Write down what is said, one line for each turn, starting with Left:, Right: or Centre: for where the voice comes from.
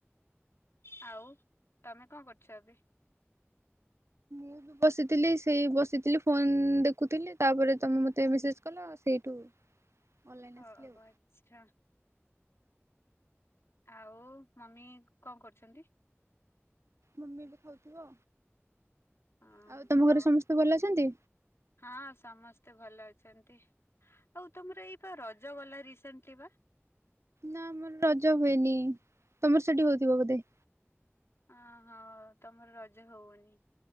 Left: ଆଉ ତମେ କଣ କରୁଛ ଏବେ?
Right: ମୁଁ ବସିଥିଲି ସେଇ ବସିଥିଲି ଫୋନ ଦେଖୁଥିଲି। ତା ପରେ ତମେ ମତେ ମେସେଜ କଲ ସେଇଠୁ ଅନଲାଇନ
Left: ଓଃହ
Right: ଆସିଲି ଆଉ
Left: ଆଚ୍ଛା। ଆଉ ମମି କଣ କରୁଚନ୍ତି?
Right: ମମି ବି ଖାଉଥିବ।
Left: ଆଁ
Right: ଆଉ ତମ
Left: ହୋ
Right: ଘରେ ସମସ୍ତେ ଭଲ ଅଛନ୍ତି?
Left: ହଁ ସମସ୍ତେ ଭଲ ଆଉ ତମର ଏଇ ବା ରଜ ଗଲା ରିସେଣ୍ଟଲି ବା
Right: ନା ଆମର ରଜ ହୁଏନି ତମର ସେଠି ହୋଉଥିବା ବୋଧେ?
Left: ଅହଁ ତମର ରଜ ହଉନି